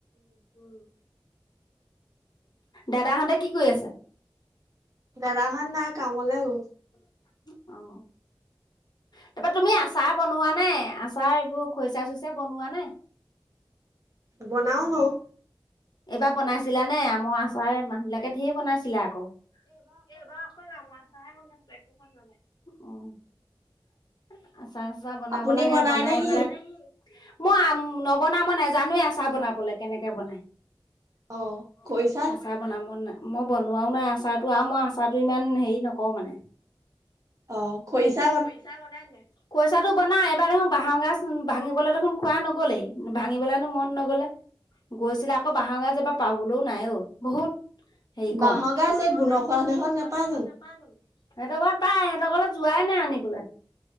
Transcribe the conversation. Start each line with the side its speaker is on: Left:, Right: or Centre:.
Left: উম। দাদাহঁতে কি কৰি আছে?
Right: দাদাহঁত নাই কামলৈ গল ।
Left: অ তাৰপৰা তুমি আছা? বনোৱা নাই আচাৰ এইবোৰ খৰিচা চইচা বনোৱা নাই?
Right: বনাও বাৰু।
Left: এইবাৰ বনাইছিলা নে আমৰ আচাৰ মানুহ বিলাকে ঢেৰ বনাইছিলা। অ, এইবাৰ অকল আমৰ আচাৰহে বনাইছোঁ একো হোৱা নাই, অ। আচা চাচা বনাব
Right: আপুনি
Left: লাগে। বনাই
Right: নে
Left: এইবিলাক
Right: কি?
Left: মই নবনাও। মই নাজানো এ আচা বনাবলে। কেনেকে বনাই।
Right: অ
Left: অ
Right: খৰিচা
Left: আছা বনাব নাই? মই বনোৱাও নাই আচাৰটো আৰু মই আচাৰটো ইমান হেৰি নকৰো মানে।
Right: অ খৰিচা
Left: খৰিচা বনাই নে? খৰিচাটো বনাও। এবাৰ দেখোন বাঁহৰ গাজ ভাঙিবলৈ দেখোন কোৱা নগলেই। ভাঙিবলে হেনো মন নগলে। গৈছিলে আকৌ বাঁহগাজ এইবাৰ পাবলৈও নাই অ। বহুত হেই কম।
Right: বাঁহৰ গাজ
Left: বাঁহগাজ
Right: এই গুণৰ খোৱা
Left: গুণশ্বৰ
Right: ডোখৰত নোপায়
Left: হঁতৰ ঘৰত নাপাই জানো? সিহঁতৰ ঘৰত পাই, হিহতৰ ঘৰলে যোৱাই নাই আনিবলে।